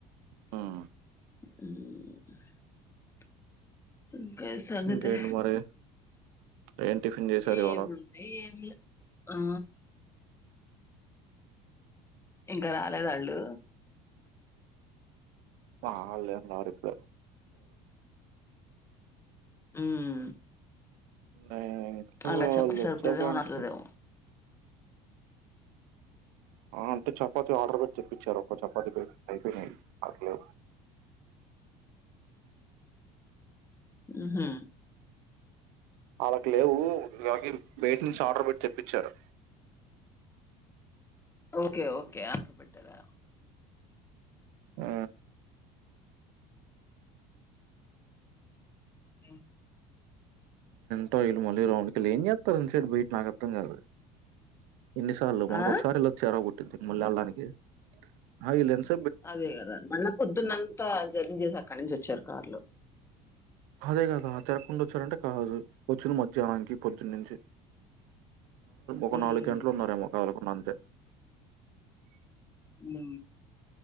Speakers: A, on the right; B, on the left.
A: హ్మ్.
B: ఉమ్ ఇంకా సంగతే
A: ఇంకేంటి మరి? ఏం టిఫిన్ చేశారు
B: ఏముంది
A: ఇవాళ?
B: ఏం లే ఆ ఇంకా రాలేదాళ్ళు
A: వాళ్లేం రారు ఇప్పుడే
B: ఉమ్మ్
A: నేనింకా
B: అలా
A: వాళ్ళొచ్చాక
B: చప్పతి సెప్పలేదమో
A: అంటే
B: రాలేదేమో <unintelligible>
A: అంటే చపాతి ఆర్డర్ పెట్ పిచ్చ రక్క చపాతీపిండి పోనయి అకలే
B: ఉహు
A: ఆళ్ళకు లేవు <inaudible> బేటి నుంచి ఆర్డర్ పెట్టి తెప్పించారు
B: ఓకే ఓకే అప్ పెట్టారా
A: ఆ
B: ఉమ్స్
A: టయిలు మళ రాౌండ్ కేలి ఏం చేత్తారు డ్ బయిట్ నకర్దంగాదు ఎన్నిసార్లు మనకు
B: ఆ
A: ఒకసారి ఇలా చేరక్ పుట్టింది మళ్ళ వెళ్డానికి అయిలెన్సై
B: అదే కదా మళ్ళా పొద్దున్నంతా జర్నీ చేసి అక్కడి నుంచి వచ్చారు కార్లో
A: అదేగాదా తెరగకుండా వచ్చారంటే కాదు వచ్చును మధ్యాహ్నానికి పొద్దున్న నుంచి ఒక
B: హ్మ్.
A: నాలుగు గంటలు ఉన్నారేమో అళ్ళకుండా అంత త
B: ఉ